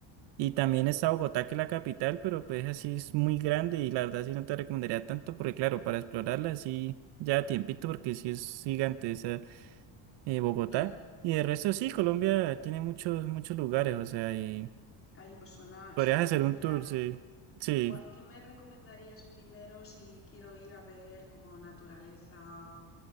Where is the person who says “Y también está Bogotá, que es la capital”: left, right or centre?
Right